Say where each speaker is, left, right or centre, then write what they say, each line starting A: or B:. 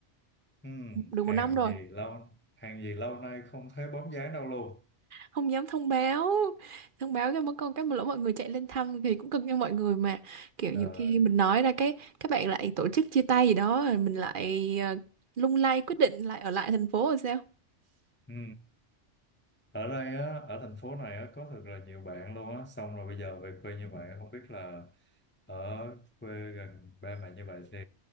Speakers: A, on the left (about 15°); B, on the right (about 50°).
A: Ừ,
B: được
A: hàng
B: một năm rồi,
A: gì lâu, hàng gì lâu nay không thấy bóng dáng đâu luôn.
B: không dám thông báo, thông báo cái mất con cái mà lỡ mọi người chạy lên thăm thì cũng cưng cho mọi người mà. Kiểu
A: Trời,
B: nhiều khi mình nói ra cái các bạn lại tổ chức chia tay gì đó, rồi mình lại ờ, lung lay quyết định lại ở lại thành phố rồi sao?
A: ừ. ở đây á ở thành phố này á có thật là nhiều bạn luôn á xong rồi bây giờ về quê như vậy không biết là ở quê gần ba mẹ như vậy thì